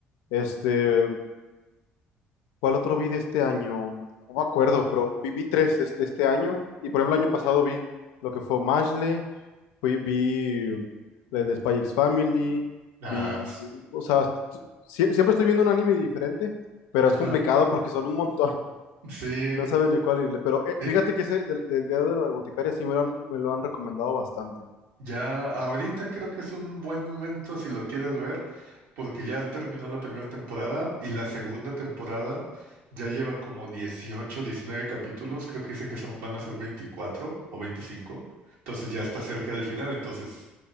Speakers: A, on the left; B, on the right.
A: Este, ¿Cuál otro vi de este año? No me acuerdo, pero vi, vi tres este, este año. Y por ejemplo, el año pasado vi lo que fue Mashle, fui, vi el de Spy X Family,
B: Ah,
A: vi.
B: s-
A: O sea, s- sie- siempre estoy viendo un anime diferente, pero
B: ajá.
A: es complicado porque son un montón
B: Sí,
A: <laughs> y no saben ni cuál irle. Pero eh,
B: eh,
A: fíjate que ese del, del día de la Boticaria sí me lo han, me lo han recomendado bastante.
B: ya ahorita creo que es un buen momento si lo quieres ver porque ya terminó la primera temporada y la segunda temporada ya lleva como 18 19 capítulos, creo que dicen que son, van a ser 24 o veinticinco entonces ya está cerca del final, entonces